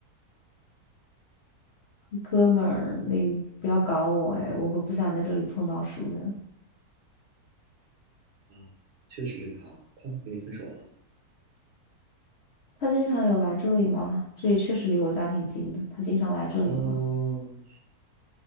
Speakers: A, on the left; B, on the right.
A: 哥们儿，你不要搞我哎，我会不想在这里碰到熟人。
B: 啊，确实是他，他怎么跟你分手了？
A: 他经常有来这里吗？这里确实离我家挺近的。他经常来这里吗？
B: 嗯，